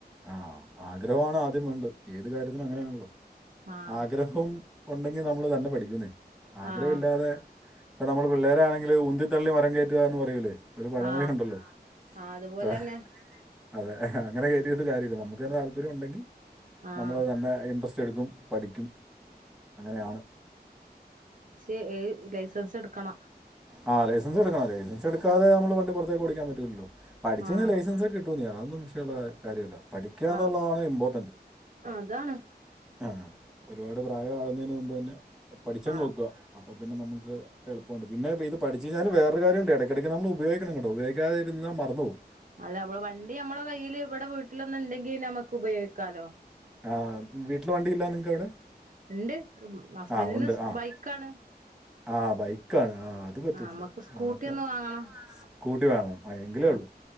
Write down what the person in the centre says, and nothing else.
ആഹ് ആഗ്രഹമാണ് ആദ്യം വേണ്ടത് ഏത് കാര്യത്തിനും അങ്ങനെയാണല്ലോ.
ആഗ്രഹം ഉണ്ടെങ്കിൽ നമ്മൾ തന്നെ പഠിക്കൂന്നേ ആഗ്രഹം
ഇല്ലാതെ അപ്പം നമ്മള് പിള്ളേരാണെങ്കില് ഉന്തിത്തള്ളി മരം കയറ്റുക എന്ന് പറയൂലേ ഒരു പഴമൊഴി
ഉണ്ടല്ലോ
ത-
അതെ അങ്ങനെ ട്ട് കാര്യമില്ല നമുക്ക് അത് താൽപര്യം ഉണ്ടങ്കിൽ
നമ്മള് തന്നെ ഇന്ട്രെസ്റ്റ് പഠിച്ചെടുക്കും പഠിക്കും അങ്ങനെയാണ്
ആ ലൈസൻസ് എടുക്കണം ലൈസൻസ് എടുക്കാത നമ്മള് വണ്ടി പുറത്തേക്ക് ഓടിക്കാൻ പറ്റൂല്ലാല്ലോ പഠിച്ചക്കഴിഞ്ഞാ
ലൈസെൻസ്ഒക്കെ കിട്ടു <unintelligible> ഒന്നും വിഷയമുള്ള കാര്യമല്ല പഠിക്കുക എന്നുള്ളതാണ്
ഇമ്പോർട്ടന്റ്
ആ- ഒരുപാട് പ്രായമാവുന്നതിന് മുമ്പ് തന്നെ- പഠിച്ച് അങ്ങ്
വെക്കുവാ ഇപ്പ പിന്നെ നമുക്ക് എളുപ്പണ്ട് പിന്നെ ഇപ്പോ ഇത് പഠിച്ചുക്കഴിഞ്ഞാ വേറെരു കാര്യണ്ട് ഇടക്കിടക്ക് നമ്മള് ഉപയോഗിക്കണം കേട്ടോ ഉപയോഗാതിരിന്നാ മറന്നുപോവും
ആഹ് വീട്ടില് വണ്ടി ഇല്ലാ നിങ്ങക്കവിടെ
ആഹ് ഉണ്ട് ആഹ്
ആ ബൈക്കാണ് ആഹ് അത് പറ്റില്ല
നമുക്ക്
സ്കൂട്ടി വേണം എങ്കിലേ
ഉള്ളു